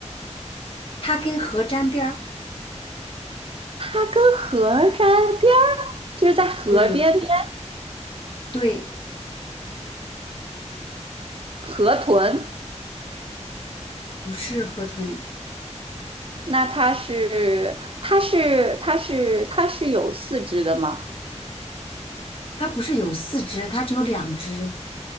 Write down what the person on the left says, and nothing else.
它跟河沾边儿。
对对，
不是河豚，
它不是有四肢，它只有两只。